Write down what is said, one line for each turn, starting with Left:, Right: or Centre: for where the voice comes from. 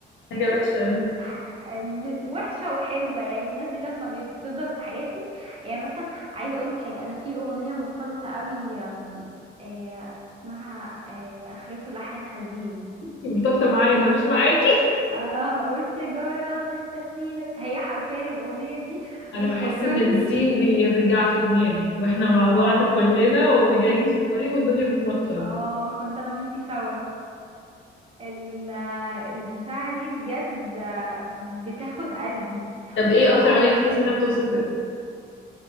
Left: حاجة وحشة أوي
Right: ح- م- وحشة وحلوة يعني الناس دي لما بيب- بتفضل في حياتك يعني مثلا عايزة اقولك حاجة انا في اغنية مرتبطة قوي أم، آه، اسمها آه، اخرته لحن حزين
Left: مرتبطة معايا أنا مش معاكي <laughs>
Right: اه والسيجارة نستني نس- هي حرفيا الاغنية دي
Left: أنا
Right: بتفكرني
Left: بحس إن السين بيرجع في دماغي وإحنا مع بعض
Right: اه
Left: كلنا وراجعين في الطريق والدنيا بتمطر
Right: اه كنت انا وانتي سوا ال- البتاعة دي بجد آه، بتاخد قلبي
Left: طب إيه
Right: وبقى
Left: أكتر أغنية بتحسي إنها بتوصفك؟